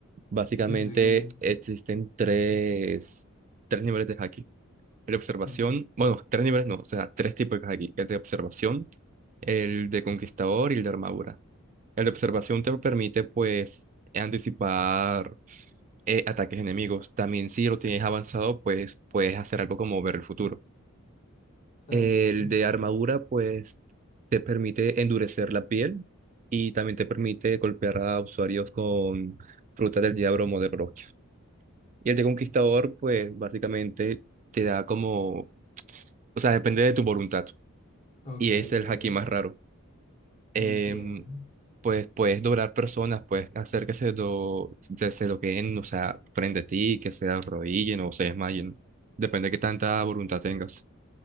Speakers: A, on the right; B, on the left.
A: Básicamente
B: Sí, sí, sí, como,
A: existen tres, tres niveles de haki. El de observación,
B: mm,
A: bueno, tres niveles no, o sea, tres tipos de haki. El de observación, el de conquistador y el de armadura. El de observación te permite, pues, anticipar eh, ataques enemigos. También si lo tienes avanzado, pues puedes hacer algo como ver el futuro.
B: está
A: El
B: bien.
A: de armadura, pues, te permite endurecer la piel y también te permite golpear a usuarios con frutas del diablo o de Broquia. Y el de conquistador, pues, básicamente te da como, o sea, depende de tu voluntad.
B: Ok,
A: Y
B: entiendo.
A: es el haki más raro. Em,
B: Entiendo.
A: pues puedes doblar personas, puedes hacer que se, do, se se doqueen, o sea, frente a ti, que se arrodillen o se desmayen. Depende de qué tanta voluntad tengas.